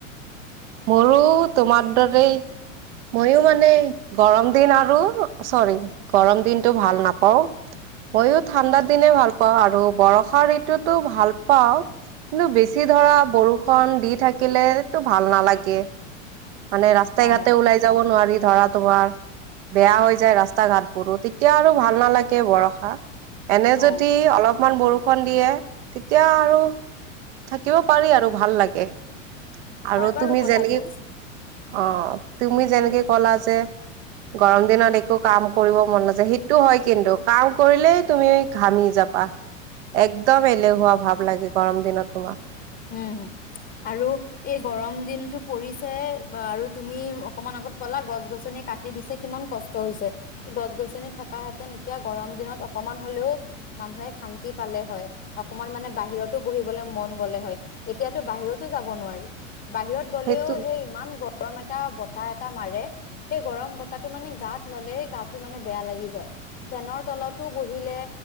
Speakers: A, on the right; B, on the left.
A: মোৰো তোমাৰ দৰে, মইও মানে গৰম দিন আৰু চৰি গৰম দিনটো ভাল নাপাও মইয়ো ঠাণ্ডা দিনে ভাল পাওঁ আৰু বৰষা ঋতুতো ভাল পাওঁ কিন্তু বেছি ধৰা বৰষুণ দি থাকিলে ভাল নালাগে। কে মানে ৰাস্তাই
B: অ',
A: ঘাটে ওলাই যাব নোৱাৰি, ধৰা তোমাৰ বেয়া হৈ যায় ৰাস্তা ঘাটবোৰো তেতিয়া আৰু ভাল নালাগে বৰষা এনে
B: অ',
A: যদি অলপ অকমান বৰষুণ দিয়ে তেতিয়া আৰু থাকিব পাৰি আৰু ভাল লাগে আৰু
B: হয় বাৰু
A: তুমি
B: কথাটো।
A: যেনেকে অ তুমি যেনেকে কলা যে গৰম দিনত একো কাম কৰিব মন নাযায় সেইটো হয় কিন্তু কাম কৰিলেই তুমি ঘামি যাবা একদম এলেহুৱা ভাৱ লাগে গৰম দিনত তোমাক
B: উম আৰু এই গৰম দিনটো পৰিছে আৰু তুমি অকমান আগত কলা গছ গছনি কাটি দিছে কিমান কষ্ট হৈছে গছ গছনি থাকা হেতেন এতিয়া গৰম দিনত অকমান হলেও মানুহে শান্তি পালে হয় অকমান মানে বাহিৰতো বহিবলে মন গলে হয় এতিয়াতো বাহিৰতো যাব নোৱাৰি বাহিৰত গ'লেও
A: সেইটো
B: সেই ইমান গৰম এটা বতাহ বতাহ মাৰে সেই গৰম বতাহটো মানে গাত ললে গাটো মানে বেয়া লাগি যায় ফেনৰ তলতো বহিলে